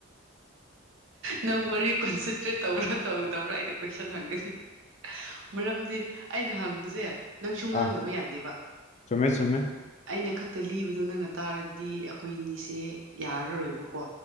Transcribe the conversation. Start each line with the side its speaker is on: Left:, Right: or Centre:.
Right: ꯅꯪ ꯋꯥꯔꯤ ꯀꯣꯟꯁꯤꯟꯇꯔ꯭ꯦꯠ ꯇꯧꯕ꯭ꯔꯥ ꯇꯧꯗꯕ꯭ꯔꯥ ꯑꯩꯩꯗꯤ ꯀꯣꯏꯁꯟ ꯍꯪꯒꯅꯤ ꯃꯔꯝꯗꯤ ꯑꯩꯅ ꯍꯪꯕꯁꯦ ꯅꯪꯁꯨ ꯉꯥꯡꯗꯕ
Left: ꯑꯥ
Right: ꯌꯥꯗꯦꯕ
Left: ꯆꯨꯝꯃꯦ ꯆꯨꯝꯃꯦ
Right: ꯑꯩꯅ ꯈꯛꯇ ꯂꯤꯕꯗꯣ ꯅꯪꯅ ꯇꯥꯔꯗꯤ ꯑꯩꯈꯣꯏꯅꯤꯁꯦ ꯌꯥꯔꯔꯣꯏꯕꯀꯣ